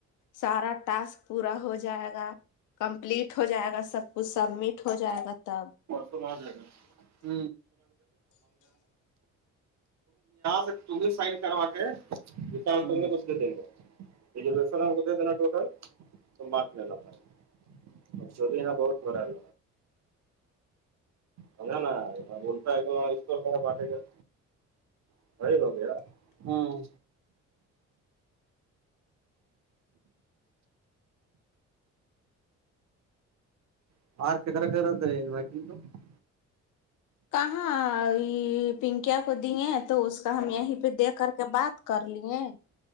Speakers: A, on the left (about 80°); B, on the right (about 65°).
A: سارا ٹاسک پورا ہو جائے گا کمپلیٹ ہو جائے گا سب کچھ سبمٹ ہو جائے گا تب
B: <unintelligible> یہاں سے تم سائن کروا کے <inaudible> کر اسھے دیں گے سلام کوت دنا ٹوٹل <unintelligible> تو ماپ لینا پڑا اور شور یہ بہت مرلا ہے سمجھا نا بولتا ہے تو اس طور کہ بانٹے گا <unintelligible> ہاں <unintelligible>
A: کہاں یی پنکیا کو دیے تو اس کا ہم یہیں پہ دیکھ کر کے بات کر لیے ہیں